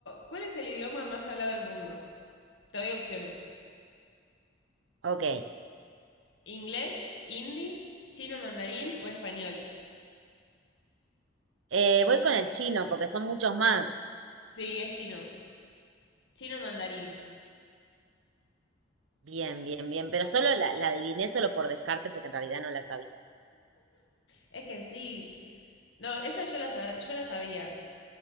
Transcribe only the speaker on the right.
Ok.
Eh, voy con el chino porque son muchos más.
Bien, bien, bien. Pero solo la, la adiviné solo por descarte porque en realidad no la sabía.